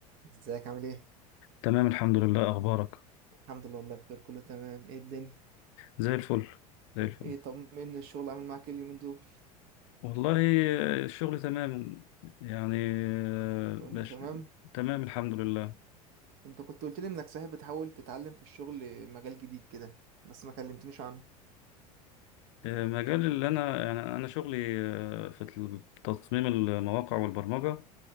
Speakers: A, on the right; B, on the left.
A: ازيك عامل ايه؟
B: تمام الحمد لله أخبارك
A: الحمد لله والله بخير كله تمام ايه الدنيا؟
B: زي الفل زي الفل
A: ايه طمني الشغل عامل معاك ايه اليومين دول؟
B: والله آه، الشغل تمام يعني آه،
A: كله
B: باش
A: تمام؟
B: تمام الحمد لله
A: انت كنت قلت لي انك صحيح بتحاول تتعلم في الشغل مجال جديد كده بس ما كلمتنيش عنه
B: آه، مجال اللي أنا يعني أنا شغلي آه، في تل- تصميم المواقع والبرمجة